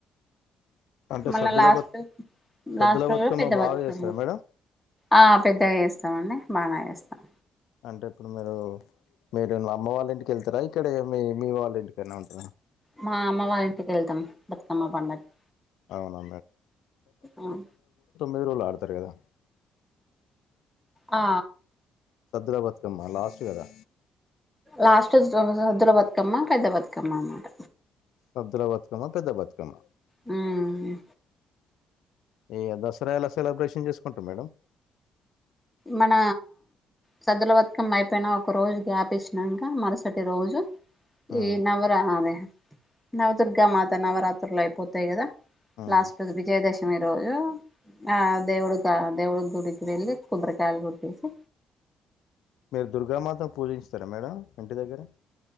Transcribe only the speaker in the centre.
మళ్ళ
లాస్ట్
లాస్ట్
రోజు పెద్ద
బతుకమ్మ
ఆ పెద్దగా చేస్తామండి బానే చేస్తం
మా అమ్మ వారి ఇంటికి వెళ్తాం బతుకమ్మ పండుకి
అ
ఆ
లాస్ట్ సద్దుల బతుకమ్మ పెద్ద బతుకమ్మ అన్నమాట
హ్మ్
మన సద్దుల బతుకమ్మ అయిపోయిన ఒక రోజు గ్యాప్ ఇచ్చినాంక మరుసటి రోజు
ఈ నవ్వరా అదే నవదుర్గా మాత నవరాత్రులు అయిపోతాయి కదా
లాస్ట్ రోజు విజయదశమి రోజు ఆ దేవుడుకా దేవుడు గుడికి వెళ్ళి కొబ్బరికాయలు కొట్టేసి